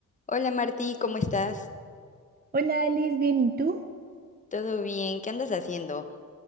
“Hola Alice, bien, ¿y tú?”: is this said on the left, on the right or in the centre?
Right